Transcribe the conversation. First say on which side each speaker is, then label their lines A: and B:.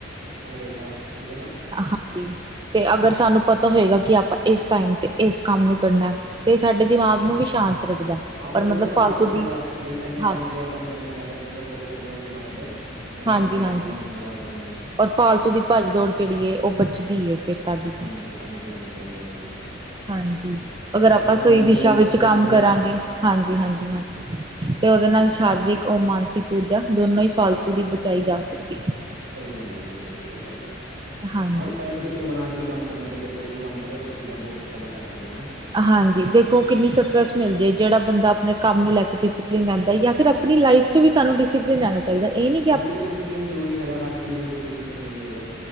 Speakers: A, on the right; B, on the right.
A: ਉਹ ਰਹੇਗਾ ਠੀਕ ਹੈ ਨਾ।
B: ਹਾਂਜੀ ਤੇ ਅਗਰ ਸਾਨੂੰ ਪਤਾ ਹੋਏਗਾ, ਕਿ ਆਪਾਂ ਇਸ ਟਾਈਮ ਤੇ ਇਸ ਕੰਮ ਨੂੰ ਕਰਨਾ। ਤੇ ਸਾਡੇ ਦਿਮਾਗ ਨੂੰ ਵੀ ਸ਼ਾਂਤ ਰੱਖਦਾ।
A: ਹਾਂ
B: ਔਰ
A: ਫੋਕਸ
B: ਮਤਲਬ
A: ਰਹਿੰਦਾ
B: ਫਾਲਤੂ
A: ਨਾ ਬੰਦੇ
B: ਦੀ
A: ਦਾ ਬਈ ਇੰਨੇ
B: ਹਾਂ
A: ਟਾਈਮ ਤੇ ਇਹ ਕੰਮ ਕਰਨਾ ਹੈਗਾ, ਬੰਦੇ ਦਾ ਫੋਕਸ ਰਹਿੰਦਾ ਉਸ ਕੰਮ ਤੇ। ਉੇ
B: ਹਾਂਜੀ,
A: ਟਾਈਮ ਚ
B: ਹਾਂਜੀ।
A: ਉਹ ਕੰਮ ਨਾ ਮਿਟਵਾ ਸਕਦੇ ਆ।
B: ਔਰ ਫਾਲਤੂ ਦੀ ਭੱਜ ਦੌੜ ਜਿਹੜੀ ਹੈ, ਉਹ ਬਚਦੀ ਏ। ਫਿਰ ਸਾਡੀ
A: ਹਾਂਜੀ, ਹਾਂਜੀ, ਹਾਂਜੀ, ਸਹੀ ਗੱਲ ਹੈ ਜੀ।
B: ਹਾਂਜੀ, ਅਗਰ
A: ਮਤਲਬ
B: ਆਪਾਂ
A: ਕੰਮ
B: ਸਹੀ ਦਿਸ਼ਾ
A: ਜੋ ਵੀ
B: ਵਿੱਚ
A: ਕਰਨਾ
B: ਕੰਮ
A: ਹੈਗਾ
B: ਕਰਾਂਗੇ ਹਾਂਜੀ, ਹਾਂਜੀ, ਹਾਂਜੀ। ਤੇ ਉਹਦੇ ਨਾਲ ਸ਼ਾਰੀਰਿਕ ਔਰ ਮਾਨਸਿਕ ਊਰਜਾ ਦੋਨੋ ਹੀ ਫਾਲਤੂ ਦੀ ਬਚਾਈ ਜਾ ਸਕਦੀ ਹੈ।
A: ਸਹੀ ਗੱਲ ਹੈ, ਜੀ ਬਿਲਕੁਲ ਸਹੀ ਗੱਲ ਹੈ,
B: ਹਾਂਜੀ।
A: ਹਾਂ ਟਾਈਮ ਟੇਬਲ ਬਣਾ ਕੇ ਕੰਮ ਕਰਨਾ ਚਾਹੀਦਾ। ਕੋਈ ਵੀ ਕੰਮ ਕਰੇ, ਉਸ ਚੀਜ਼ ਦਾ ਬਹੁਤ ਜ਼ਿਆਦਾ ਫਾਇਦਾ ਹੁੰਦਾ ਨਾ।
B: ਹਾਂਜੀ, ਦੇਖੋ ਕਿੰਨੀ ਸਕਸੈਸ ਮਿਲਦੀ ਹੈ, ਜਿਹੜਾ ਬੰਦਾ ਆਪਣੇ ਕੰਮ ਨੂੰ ਲੈ ਕੇ ਡਿਸਪਲਿਨ ਰਹਿੰਦਾ ਜਾਂ ਫਿਰ ਆਪ ਲਾਈਫ ਵੀ ਸਾਨੂੰ ਡਿਸਪਲਿਨ ਲੇਣਾ ਚਹੀ ਚਾਹੀਦਾ, ਇਹ ਨਹੀਂ
A: ਬਿਲਕੁਲ ਡਿਸਿਪਲਿਨ ਜ਼ਰੂਰੀ ਹੈਗਾ, ਹਰ ਚੀਜ਼ ਡਿਸਪਲਨ ਜ਼ਰੂਰੀ ਹੈਗਾ।